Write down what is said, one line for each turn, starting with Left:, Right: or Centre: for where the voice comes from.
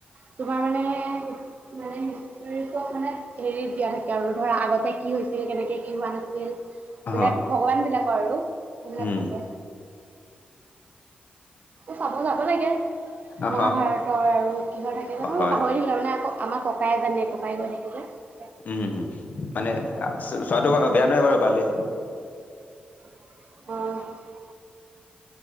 Right: তোমাৰ মানে মানে হিষ্টীৰ ওপৰত মানে হেৰিত দিয়া থাকে আৰু ধৰা আগতে কি হৈছিল কেনেকে কি হোৱা নাছিল <unintelligible>
Left: অ
Right: মানে ভগৱান বিলাকৰ আৰু সেইবিলাক
Left: উম
Right: থাকে চাব যা। আক লাগে,
Left: অ
Right: মহাভাৰতৰ আৰু কিহৰ থাকে জানো
Left: হয়
Right: পাহৰিলো মানে আকৌ আমাৰ ককাইে জানে ককাই গৈ থাকে যে।
Left: উম, উম, মানে চোৱাটো বেয়া নহয় বাৰু ভালে।
Right: অ'।